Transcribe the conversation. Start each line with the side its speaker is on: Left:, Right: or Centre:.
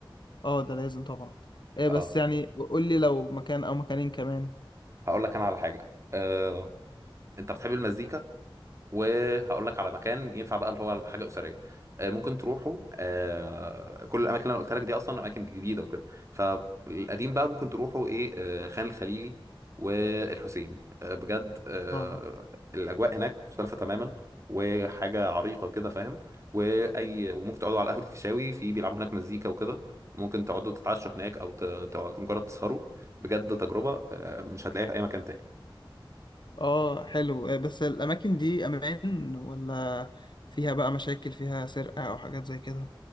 Left: اه ده لازم طبعا ايه
Right: أه
Left: بس يعني قول لي لو مكان أو مكانين كمان
Right: هقول لك أنا على حاجة أه أنت بتحب المزيكا وهقول لك على مكان ينفع بقى اللي هو حاجه اسريه آه، ممكن تروحوا آه، كل الاماكن اللي انا قلت لك دي اصلا اماكن جديده وكده فالقديم بقى ممكن تروحوا ايه آه، خان الخليلي والحسين آه، بجد آه،
Left: اه
Right: الاجواء هناك مختلفه تماما وحاجه عريقه كده فاهم واي وممكن تقعدوا على قهوه الفيشاوي في بيلعبوا هناك مزيكا وكده وممكن تقعدوا تتعشوا هناك او ت- ت- مجرد تسهروا بجد تجربه آه، مش هتلاقيها في اي مكان تاني
Left: اه حلو إيه بس الأماكن دي أمان ولا فيها بقى مشاكل فيها سرقة أو حاجات زي كده